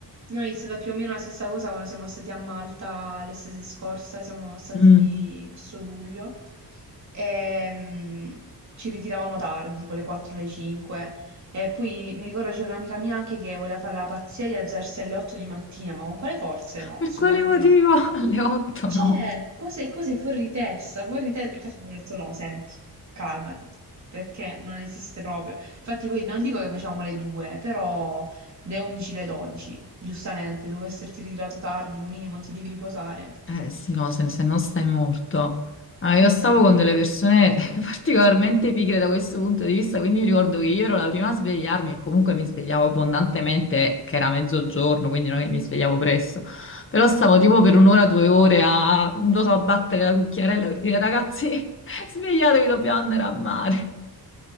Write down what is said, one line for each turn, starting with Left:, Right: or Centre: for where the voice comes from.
Right: Noi è stata più o meno la stessa cosa quando siamo stati a Malta l'estate scorsa, siamo stati
Left: Mm.
Right: verso luglio e mm, ci ritiravamo tardi, tipo le 4 le 5 e poi mi ricordo c'era un'amica mia anche che voleva fare la pazzia di alzarsi alle 8 di mattina, ma con quale forze? No,
Left: Per
Right: assolutamente
Left: quale motivo?
Right: no.
Left: <laughs> Alle otto
Right: Cioè,
Left: no.
Right: cose, cose fuori di testa, fuori di testa. Infatti mi hanno detto no, senti, calmati, perché non esiste proprio. Infatti poi non dico che facevamo le due, però le 11, le 12, giustamente, dopo esserti ritirato tardi, un minimo ti devi riposare.
Left: Eh sì, no, se, se non stai morto. Ah, io
Right: No,
Left: stavo con delle persone <laughs> particolarmente pigre da questo punto di vista, quindi mi ricordo che io ero la prima a svegliarmi e comunque mi svegliavo abbondantemente, che era mezzogiorno, quindi non è che mi svegliavo presto. Però stavo
Right: Mm.
Left: tipo per un'ora, due ore a, non lo so, a battere la cucchiarella per dire ragazzi, <laughs> svegliatevi, dobbiamo andare a mare.